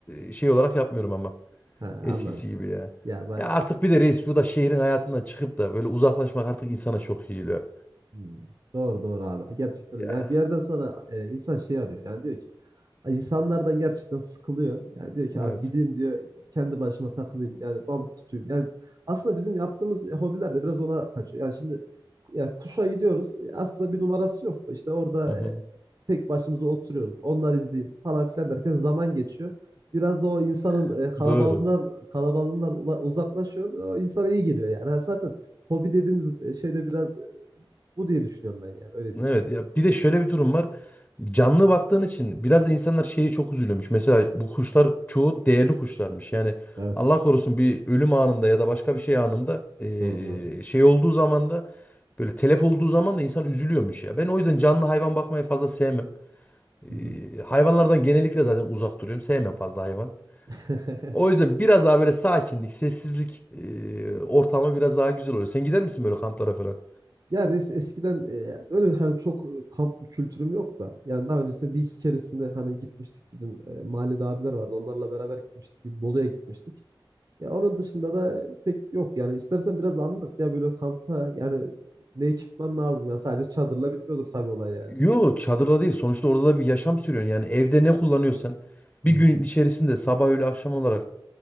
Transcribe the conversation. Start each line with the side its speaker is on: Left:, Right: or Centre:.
Left: e, şey olarak yapmıyorum ama
Right: he, anladım.
Left: eskisi gibi ya.
Right: Ya ben
Left: Ya artık bir de reis bu da şehrin hayatından çıkıp da böyle uzaklaşmak artık insana çok iyi geliyor.
Right: Hmm. Doğru doğru abi. Gerçekten
Left: Ya
Right: öyle. Yani bir yerden sonra e, insan şey arıyor. Yani diyor ki "Ay, insanlardan gerçekten sıkılıyor. Yani diyor ki
Left: evet.
Right: abi gideyim diyor kendi başıma takılayım. Yani balık tutayım. Yani aslında bizim yaptığımız hobiler de biraz ona kaçıyor. Yani şimdi yani kuşa gidiyoruz. Aslında bir numarası yok. İşte orada
Left: Hı hı.
Right: e, tek başımıza oturuyoruz. Onlar izleyeyim falan filan derken zaman geçiyor. Biraz da o insanın
Left: <laughs>
Right: e, kalabalığından
Left: Doğru.
Right: kalabalığından ula- uzaklaşıyor. O insana iyi geliyor yani. Yani zaten hobi dediğimiz e, şeyde biraz bu diye düşünüyorum ben yani öyle değil.
Left: Evet ya bir de şöyle bir durum var. Canlı baktığın için biraz da insanlar şeyi çok üzülüyormuş. Mesela bu kuşlar çoğu değerli kuşlarmış. Yani
Right: Evet.
Left: Allah korusun bir ölüm anında ya da başka bir şey anında eee,
Right: Doğru doğru.
Left: şey olduğu zaman da böyle telef olduğu zaman da insan üzülüyormuş ya. Ben o yüzden canlı hayvan bakmayı fazla sevmem. Eee,
Right: Hı hı.
Left: hayvanlardan genellikle zaten uzak duruyorum. Sevmem fazla hayvan.
Right: <laughs>
Left: O yüzden biraz daha böyle sakinlik, sessizlik eee ortamı biraz daha güzel oluyor. Sen gider misin böyle kamplara falan?
Right: Ya res eskiden e, böyle hani çok e, kamp kültürüm yok da yani daha öncesinde bir iki keresinde hani gitmiştik bizim e, mahallede abiler vardı onlarla beraber gitmiştik bir Bolu'ya gitmiştik. Ya onun dışında da pek yok yani istersen biraz anlat ya böyle kampa yani ne ekipman lazım ya sadece çadırla bitmiyordur tabii olay yani.
Left: Yo çadırda değil. Sonuçta orada da bir yaşam sürüyorsun. Yani evde ne kullanıyorsan bir
Right: Hı hı.
Left: gün içerisinde sabah öğle akşam olarak